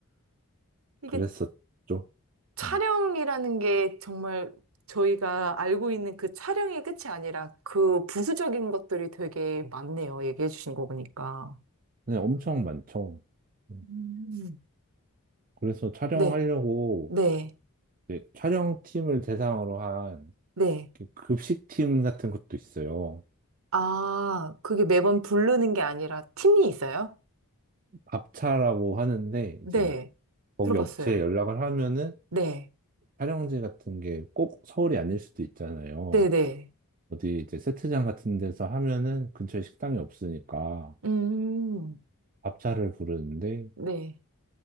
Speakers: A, on the right; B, on the right.
A: 이게
B: 그랬었죠.
A: 촬영이라는
B: 음.
A: 게 정말 저희가 알고 있는 그 촬영의 끝이 아니라 그 부수적인 것들이 되게 많네요. 얘기해 주신 거 보니까.
B: 근 엄청 많죠. 음.
A: 음.
B: 그래서 촬영하려고
A: 네, 네,
B: 이제 촬영팀을 대상으로 한
A: 네.
B: 이렇게 급식팀 같은 것도 있어요.
A: 아, 그게 매번 부르는 게 아니라 팀이 있어요?
B: 밥차라고 하는데
A: 네,
B: 이제 거기
A: 들어봤어요.
B: 업체에 연락을 하면은
A: 네,
B: 촬영지 같은 게 꼭 서울이 아닐 수도 있잖아요.
A: 네, 네.
B: 어디 이제 세트장 같은 데서 하면은 근처에 식당이 없으니까
A: 음,
B: 밥차를 부르는데
A: 네.